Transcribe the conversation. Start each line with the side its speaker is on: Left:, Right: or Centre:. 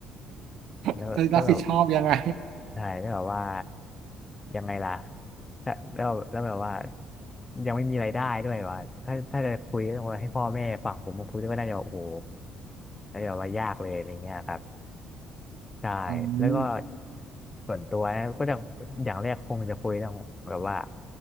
Right: <laughs>
Left: แล้วแล้วแบบ
Right: จะรับผิดชอบยังไง
Left: ใช่แล้วแบบว่ายังไงล่ะแล้วแล้วแล้วแบบว่ายังไม่มีรายได้ด้วยว่าถ้าถ้าจะคุยต้องให้พ่อแม่ฝั่งผมมาคุยด้วยก็น่าจะโอ้โหน่าจะว่ายากเลยอะไรเงี้ยครับใช่แล้วก็
Right: อืม
Left: ส่วนตัวนะก็จะอย่างแรกคงจะคุยต้องแบบว่า